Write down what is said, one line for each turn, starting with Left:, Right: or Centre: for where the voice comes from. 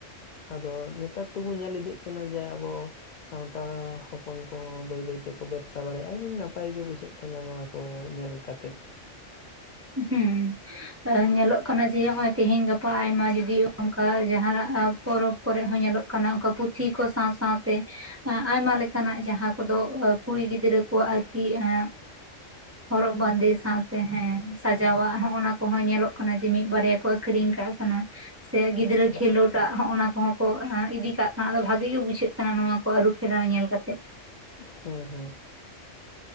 Left: ᱟᱫᱚ ᱱᱮᱛᱟᱨ ᱛᱚᱵᱚ ᱧᱮᱞ ᱤᱫᱤᱜ ᱠᱟᱱᱟ ᱡᱮ ᱟᱵᱚᱼᱼ ᱥᱟᱱᱛᱟᱲ ᱦᱚᱯᱚᱱ ᱠᱚᱦᱚᱸ ᱵᱟᱹᱭ ᱵᱟᱹᱭ ᱛᱮᱠᱚ ᱵᱮᱵᱽᱥᱟ ᱵᱟᱲᱟᱭᱟ ᱟᱹᱰᱤ ᱱᱟᱯᱟᱭ ᱜᱮ ᱵᱩᱡᱷᱟᱹᱜ ᱠᱟᱱᱟ ᱱᱚᱣᱟ ᱠᱚᱼᱼ ᱠᱚ ᱧᱮᱞ ᱠᱟᱛᱮᱫ
Right: ᱦᱩᱸᱻ ᱧᱮᱞᱚᱜ ᱠᱟᱱᱟ ᱡᱮ ᱱᱚᱜ ᱦᱚᱭ ᱛᱮᱦᱮᱧ ᱜᱟᱯᱟ ᱟᱭᱢᱟ ᱡᱚᱫᱤ ᱚᱱᱠᱟ ᱡᱟᱦᱱᱟᱜᱼᱼ ᱯᱚᱨᱚᱵᱽ ᱠᱚᱨᱮ ᱦᱚᱸ ᱧᱮᱞᱚᱜ ᱠᱟᱱᱟ ᱚᱱᱠᱟ ᱯᱩᱛᱷᱤ ᱠᱚ ᱥᱟᱶ ᱥᱟᱶ ᱛᱮ ᱟᱭᱢᱟ ᱞᱮᱠᱟᱱᱟᱜ ᱡᱟᱦᱟᱸ ᱠᱚᱫᱚ ᱠᱩᱲᱤ ᱜᱤᱫᱽᱨᱟᱹ ᱠᱚᱣᱟᱜ ᱟᱨᱠᱤ ᱮᱸ ᱦᱚᱨᱚᱜ ᱵᱟᱸᱫᱮ ᱥᱟᱶᱛᱮ ᱦᱮᱸ᱾ ᱥᱟᱡᱟᱣᱟᱜ ᱦᱚᱸ ᱚᱱᱟ ᱠᱚᱦᱚᱸ ᱧᱮᱞᱚᱜ ᱠᱟᱱᱟ ᱡᱮ ᱢᱤᱫ ᱵᱟᱨᱭᱟ ᱠᱚ ᱟᱠᱷᱨᱤᱧ ᱠᱟᱜ ᱠᱟᱱᱟ ᱥᱮ ᱜᱤᱫᱽᱨᱟᱹ
Left: ᱦᱮᱸ
Right: ᱠᱷᱮᱞᱳᱰ ᱟᱜ ᱦᱚᱸ ᱚᱱᱟ ᱠᱚᱦᱚᱸ ᱠᱚ ᱤᱫᱤ ᱠᱟᱜ ᱠᱟᱱᱟ ᱟᱫᱚ ᱵᱷᱟᱜᱤ ᱜᱮ ᱵᱩᱡᱷᱟᱹᱜ ᱠᱟᱱᱟ ᱱᱚᱣᱟ ᱠᱚ ᱟᱹᱨᱩ ᱯᱷᱮᱨᱟᱣ ᱧᱮᱞ ᱠᱟᱛᱮᱼᱼ
Left: ᱦᱮᱸ ᱦᱮᱸ